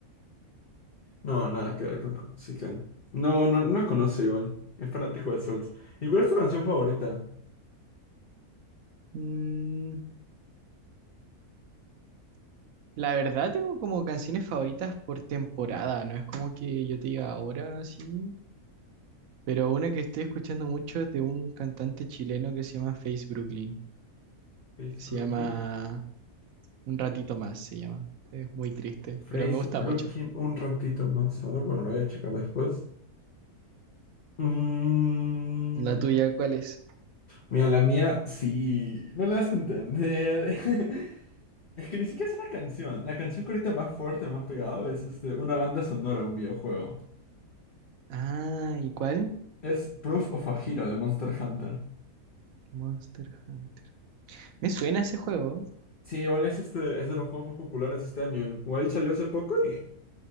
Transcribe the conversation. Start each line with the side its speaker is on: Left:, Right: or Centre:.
Left: No, nada que ver con la música. No, no, no la conoce igual. Es fanático de Souls. ¿Y cuál es tu canción favorita?
Right: Mm, la verdad tengo como canciones favoritas por temporada, no es como que yo te diga ahora sí. Pero una que estoy escuchando mucho es de un cantante chileno que se llama Face Brooklyn.
Left: Face
Right: Se
Left: Brooklyn.
Right: llama Un ratito más, se llama. Es muy triste,
Left: Face
Right: pero me gusta
Left: Brooklyn,
Right: mucho.
Left: un ratito más. A ver, bueno, lo voy a checar después. Mm,
Right: ¿La tuya cuál es?
Left: mira, la mía sí. No la vas a entender. <laughs> Es que ni siquiera es una canción. La canción que ahorita más fuerte me ha pegado es este, una banda sonora de un videojuego.
Right: Ah, ¿y cuál?
Left: Es Proof of a Hero de Monster Hunter.
Right: Monster Hunter. Me suena ese juego.
Left: Sí, igual es este, es de los juegos más populares de este año. El Wild salió hace poco y.